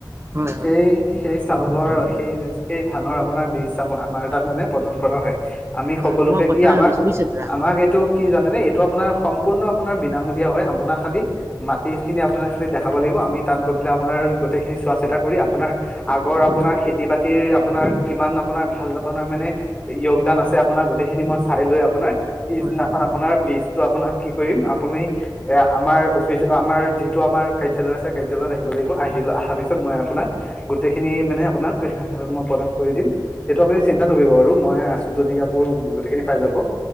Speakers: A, on the right; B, on the left.
A: হয়
B: সেই-সেই
A: হয়।
B: চাউলৰ সেই-সেই ধানৰ আপোনাৰ বীজ <unintelligible> আমাৰ তাত মানে প্ৰদান কৰা হয় আমি
A: হয়
B: সকলোকে
A: মই কথা
B: কি
A: এটা
B: আমাক-আমাক
A: ভাবিছো বুজিছে দাদা।
B: এই কি জানেনে, এইটো আপোনাৰ সম্পূৰ্ণ আপোনাৰ বিনামূলীয়া হয়। আপোনাৰ খালি মাটিখিনি আপোনাক খালি দেখাব লাগিব, আমি তাত গৈ পেলাই আপোনাৰ গোটেইখিনি চোৱা-চিতা কৰি আপোনাৰ আগৰ আপোনাৰ খেতি-বাতিৰ আপোনাৰ কিমান আপোনাৰ ভাল আপোনাৰ মানে য়োগদান আছে, আপোনাৰ গোটেইখিনি মই চাই লৈ আপোনাৰ পিছদিনাখন
A: হয় হয় হয়
B: আপোনাৰ বীজতটো আপোনাক কি কৰিম আপুনি এ আমাৰ অফিচ আমাৰ যিটো আমাৰ কাৰ্যালয় আছে কাৰ্যালয়ত আহিব লাগিব, আহি অহা পিছত মই আপোনাক গোটেইখিনি মানে আপোনাক মই প্ৰদান কৰি দিম সেইটো আপুনি চিন্তা নকৰিব বাৰু মই আছোঁ যদি আপোৰ গোটেইখিনি পাই যাব।